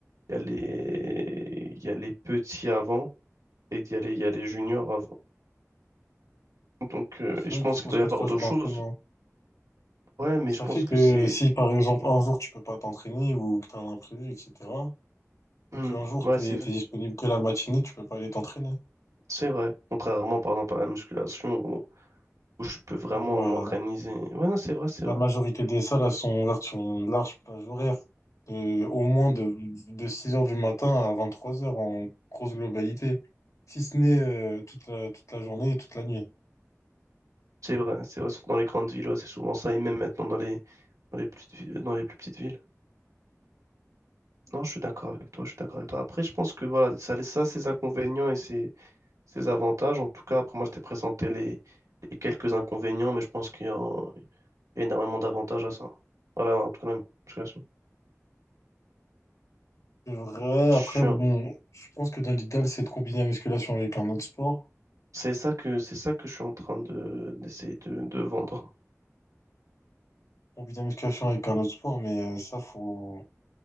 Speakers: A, on the right; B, on the left.
A: il y a les, il y a les petits avant et il y a les, il y a les juniors avant. Donc, euh,
B: Sinon
A: et je pense
B: ils proposent
A: qu'il doit
B: que
A: y avoir
B: trois
A: d'autres
B: jours d'entraînement.
A: choses. Ouais, mais
B: Mais ça
A: je pense
B: fait que
A: que c'est,
B: euh, si par exemple
A: Hmm.
B: un jour tu peux pas t'entraîner ou que t'as un imprévu, etc.
A: Hmm,
B: Ou qu'un jour
A: ouais,
B: t'es,
A: c'est,
B: t'es disponible que la matinée, tu peux pas aller t'entraîner.
A: c'est vrai. Contrairement, par exemple, à la musculation où, où je peux vraiment
B: Ou euh,
A: m'organiser. Ouais, non, c'est vrai, c'est
B: La
A: vrai.
B: majorité des salles, elles sont ouvertes sur une large plage horaire, de- au moins de, de six heures du matin à vingt-trois heures en grosse globalité, si ce n'est euh, toute la, toute la journée et toute la nuit.
A: C'est vrai, c'est vrai, surtout dans les grandes villes, ouais, c'est souvent ça, et même maintenant dans les, dans les petites, vi- dans les plus petites villes. Non, je suis d'accord avec toi, je suis d'accord avec toi. Après, je pense que voilà, ça a ça, ses inconvénients et ses, ses avantages. En tout cas, après, moi, je t'ai présenté les, les quelques inconvénients, mais je pense qu'il y a, un- il y a énormément d'avantages à ça. Voilà, en tout cas, la musculation.
B: C'est vrai,
A: Je
B: après,
A: suis
B: bon,
A: un-
B: je pense que dans l'idéal, c'est de combiner la musculation avec un autre sport.
A: C'est ça que, c'est ça que je suis en train de, d'essayer de, de vendre.
B: Combiner la musculation avec un autre sport, mais euh, ça, faut,